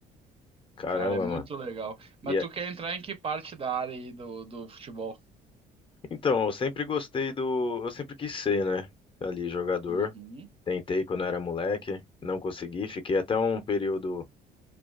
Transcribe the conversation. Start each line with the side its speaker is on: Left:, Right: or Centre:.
Left: Caramba,
Right: Cara, é muito
Left: mano.
Right: legal. Mas
Left: E
Right: tu quer entrar em que parte da área aí do, do futebol?
Left: Então, eu sempre gostei do. Eu sempre quis ser, né? Ali, jogador.
Right: Uhum.
Left: Tentei quando era moleque, não consegui. Fiquei até um período